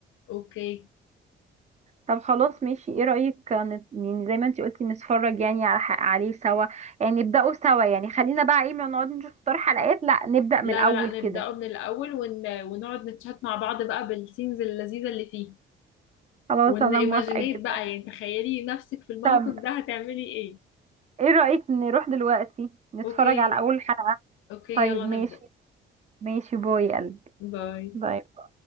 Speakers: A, on the left; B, on the right.
A: اوكي
B: طب خلاص ماشي ايه رأيك آه، نت- يعني زي ما انتي قلتي نتفرج يعني على ح- عليه سوا يعني نبدأه سوا يعني خلينا بقى ايه ما نقعد نشوف اختار حلقات لا نبدأ من
A: لا
B: الأول
A: لا لا
B: كده
A: نبدأه من الأول ون... ونقعد نتشات مع بعض بقى بالسينز اللذيذة اللي فيه
B: خلاص
A: ون
B: أنا
A: ايماجينيت
B: موافقة جدا
A: بقى يعني تخيلي نفسك في الموقف
B: طب
A: ده هتعملي ايه
B: ايه رأيك نروح دلوقتي نتفرج
A: اوكي
B: على أول حلقة
A: اوكي
B: طيب
A: يلا
B: ماشي
A: نبدأ
B: ماشي باي يا قلبي
A: باي
B: باي